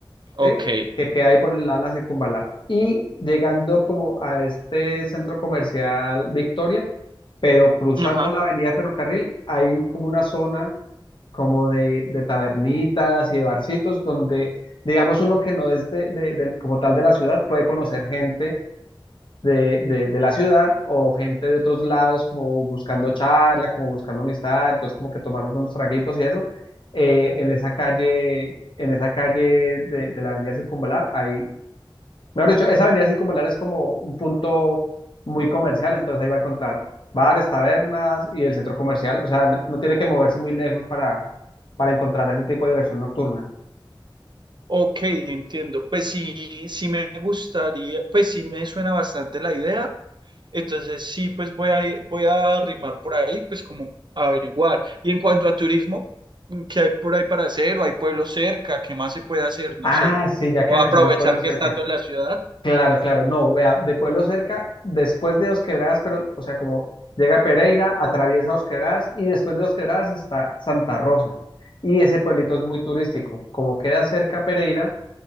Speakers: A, on the right; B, on the left.
A: ok,
B: ¿sí? Que queda ahí por el lado de la circunvalar. Y llegando como a este centro comercial Victoria, pero cruzando
A: ajá.
B: la avenida Ferrocarril, hay como una zona como de, de tabernitas y de barcitos donde, digamos, uno que no es de, de- del- como tal de la ciudad puede conocer gente de, de, de la ciudad o gente de otros lados como buscando charla, como buscando amistad, entonces como que tomarnos unos traguitos y eso, eh, en esa calle, en esa calle de, de la avenida Circunvalar, ahí, mejor dicho, esa avenida Circunvalar es como un punto muy comercial, entonces ahí va a encontrar bares, tabernas y el centro comercial, o sea, n- no tiene que moverse muy lejos para, para encontrar ese tipo de diversión nocturna.
A: Ok, entiendo. Pues sí, sí me gustaría, pues sí me suena bastante la idea. Entonces sí, pues voy a, ir- voy a arrimar por ahí, pues como averiguar. Y en cuanto a turismo, ¿qué hay por ahí para hacer? ¿O hay pueblos cerca? ¿Qué más se puede hacer? No
B: Ah,
A: sé,
B: sí, ya
A: ¿cómo
B: que menciona
A: aprovechar
B: pueblos
A: que
B: cercanos.
A: estando en la ciudad?
B: Claro, claro, no, vea, de Pueblo Cerca, después de Dos Quebradas, pero, o sea, como llega Pereira, atraviesa Dos Quebradas y después de Dos Quebradas está Santa Rosa. Y ese pueblito es muy turístico. Como queda cerca Pereira,